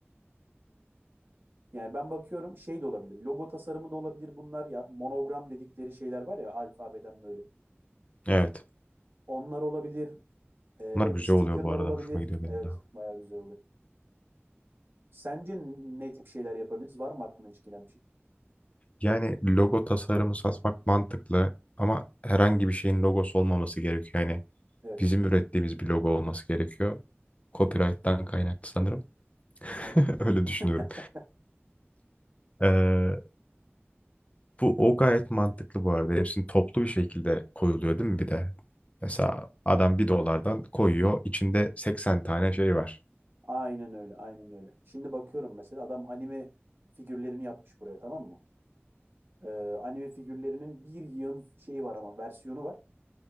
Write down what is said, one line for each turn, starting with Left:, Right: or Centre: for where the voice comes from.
Right: Yani ben bakıyorum şey de olabilir. Logo tasarımı da olabilir bunlar. Ya monogram dedikleri şeyler var ya alfabeden böyle.
Left: Evet.
Right: Onlar olabilir. E,
Left: Bunlar güzel
Right: stickerlar
Left: oluyor bu arada.
Right: olabilir.
Left: Hoşuma gidiyor benim
Right: Evet,
Left: de.
Right: bayağı güzel oluyor. Sence ne tip şeyler yapabiliriz? Var mı aklına hiç gelen bir şey?
Left: Yani logo tasarımı satmak mantıklı ama herhangi bir şeyin logosu olmaması gerekiyor. Yani
Right: Evet,
Left: bizim ürettiğimiz bir logo olması gerekiyor. Copyright'tan kaynaklı sanırım.
Right: aynen.
Left: <laughs> Öyle düşünüyorum.
Right: <laughs>
Left: Ee, bu o gayet mantıklı bu arada. Hepsini toplu bir şekilde koyuluyor değil mi bir de? Mesela adam bir dolardan koyuyor. İçinde 80 tane şey var.
Right: Aynen öyle, aynen öyle. Şimdi bakıyorum mesela adam anime figürlerini yapmış buraya tamam mı? Ee, anime figürlerinin bir yığın şeyi var ama versiyonu var.